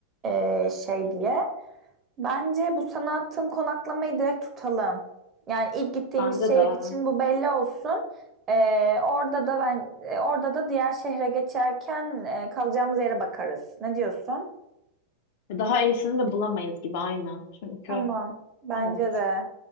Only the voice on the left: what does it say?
Bence
de.
E, Daha iyisini de bulamayız gibi aynen. Çünkü
evet.